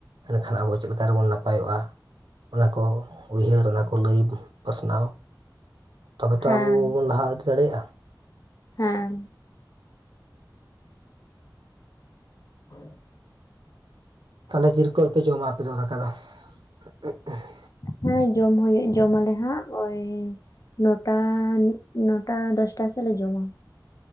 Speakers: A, on the right; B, on the left.
A: ᱮᱱᱠᱷᱟᱱ ᱟᱵᱚ ᱪᱮᱫ ᱞᱮᱠᱟ ᱨᱮᱵᱚᱱ ᱱᱟᱯᱟᱭᱚᱜ-ᱟ ᱚᱱᱟ ᱠᱚ ᱩᱭᱦᱟᱹᱨ ᱚᱱᱟᱠᱚ ᱞᱟᱹᱭ ᱯᱟᱥᱱᱟᱣ ᱛᱚᱵᱮ ᱛᱚ
B: ᱦᱮᱸ
A: ᱟᱵᱚ ᱵᱚᱱ ᱞᱟᱦᱟ ᱤᱫᱤ ᱫᱟᱲᱮᱭᱟᱜᱼᱟ?
B: ᱦᱮᱸ, <unintelligible>
A: ᱛᱟᱦᱚᱞᱮ ᱛᱤᱨ ᱠᱷᱚᱱ ᱯᱮ ᱫᱟᱠᱟ ᱫᱚ? <unintelligible>
B: ᱦᱮᱸ ᱡᱚᱢ ᱦᱩᱭᱩᱜ ᱡᱚᱢ ᱟᱞᱮ ᱦᱟᱸᱜ, ᱳᱭ ᱱᱚᱴᱟ, ᱱᱚᱴᱟ ᱫᱚᱥᱴᱟ ᱥᱮᱫᱞᱮ ᱡᱚᱢᱟ᱾